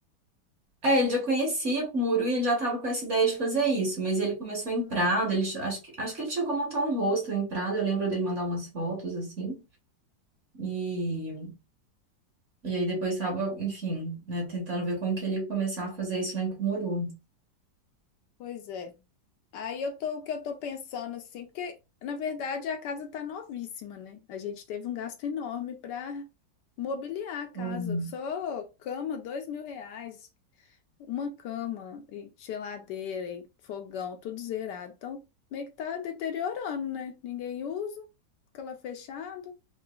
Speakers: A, on the right; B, on the left.
A: É, ele já conhecia Cumuru e ele já estava com essa ideia de fazer isso, mas ele começou
B: Ah,
A: em Prado, ele, che- acho que, acho que ele chegou a montar um hostel em Prado, eu lembro dele mandar umas fotos assim, e, e aí depois estava, enfim, né, tentando ver como que ele ia começar a fazer isso lá em Cumuru.
B: pois é. Aí eu tô, o que eu tô pensando assim, porque na verdade a casa tá novíssima, né? A gente teve um gasto enorme para mobiliar a casa,
A: Hum,
B: só cama, dois mil reais, uma cama e geladeira e fogão, tudo zerado. Então meio que tá deteriorando, né? Ninguém usa, fica lá fechado.